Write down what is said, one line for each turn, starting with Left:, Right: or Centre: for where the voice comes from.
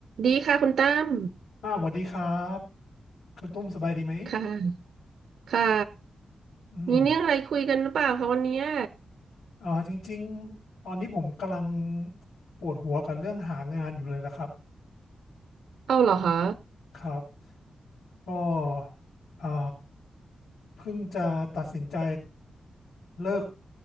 Right: ดีค่ะคุณตั้ม
Left: อ่าสวัสดีครับคุณตุ้มสบายดีไหม
Right: ค่ะค่ะ
Left: อืม
Right: มีเรื่องอะไรคุยกันหรือเปล่าคะวันเนี้ย
Left: อ่าจริงๆตอนนี้ผมกำลังปวดหัวกับเรื่องหางานอยู่เลยละครับ
Right: เอาเหรอคะ
Left: ครับก็อ่าเพิ่งจะตัดสินใจเลิก